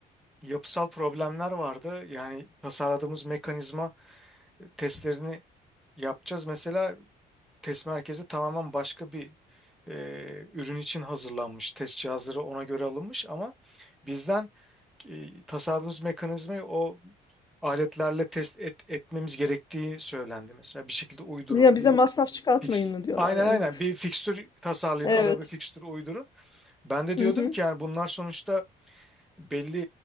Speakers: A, in the centre; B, on the left.
A: yapısal problemler vardı. Yani tasarladığımız mekanizma e, testlerini yapacağız. Mesela test merkezi tamamen başka bir e, ürün için hazırlanmış. Test cihazları ona göre alınmış ama bizden e, tasarladığımız mekanizmayı o aletlerle test et- etmemiz gerektiği söylendi mesela. Bir şekilde uydurun
B: Ya bize
A: bir
B: masraf çıkartmayın
A: fix.
B: mı diyorlar
A: Aynen
B: yani.
A: aynen bir fikstür tasarlayın,
B: Evet.
A: araba bir fikstür uydurun. Ben de diyordum
B: Hı hı.
A: ki yani bunlar sonuçta belli